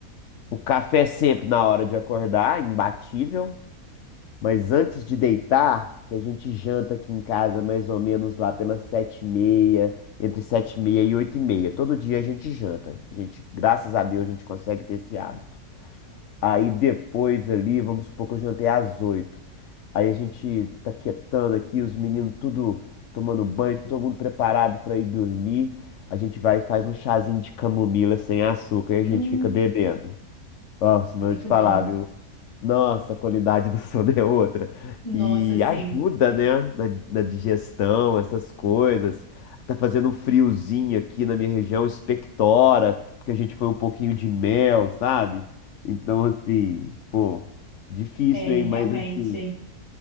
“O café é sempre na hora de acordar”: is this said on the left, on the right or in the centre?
Left